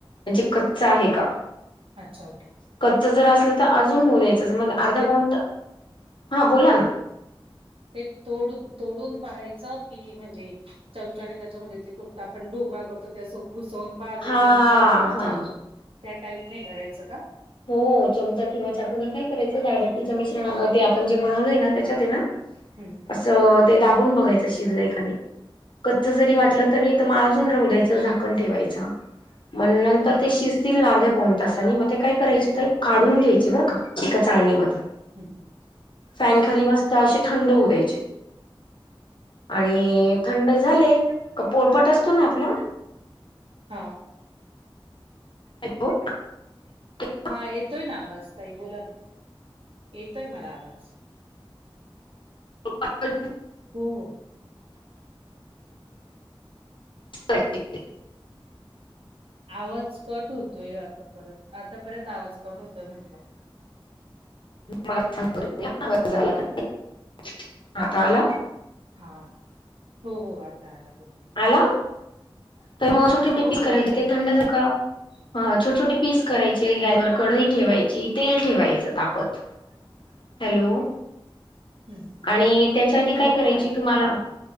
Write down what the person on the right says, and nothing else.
अच्छा ओके.
म्हणजे
ते
ते तोडून तोडून पाहायचं की म्हणजे चमचाने त्याच्यामध्ये ते फक्त आपण डोकळा करतो ते असं घुसवून पाहतो.
चमचा किंवा चाकू.
त्या टाईप नाही करायचं का?
हम्म
हं
हं
हं हं
अच्छा.
हा,
हा येतोय ना आवाज ताई बोला ना, येतोय मला आवाज.
हो हो.
आवाज कट होतोय आता परत, आता परत आवाज कट होतोय म्हंटलं.
हाव, हो हो, आता आला बोला.
हो
हो
आता
येतोय
हम्म
हो
हो ऐकते
ताई मी